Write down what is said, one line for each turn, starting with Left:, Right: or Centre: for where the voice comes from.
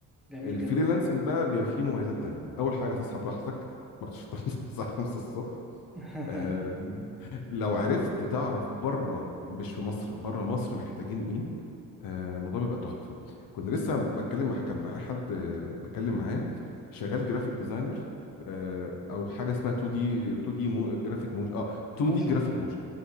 Centre: جميل
Left: الفريلانسنج
Centre: جدا
Left: بقى بيبقى فيه مميزات تانية اول حاجه تصحى براحتك ما بتشتغلش <laughs> الساعه 5 الصبح
Centre: <laughs>
Left: آم، لو عرفت تعرف بره مش في مصر بره مصر محتاجين إيه؟ آه، الموضوع بيبقى تحفه كنت لسه بتكلم مع كان معايا حد آه، بتكلم معاه شغال جرافيك ديزاينر آه، او حاجه اسمها 2 دي 2 دي مو جرافيك موشن اه 2
Centre: موشن
Left: دي جرافيك موشن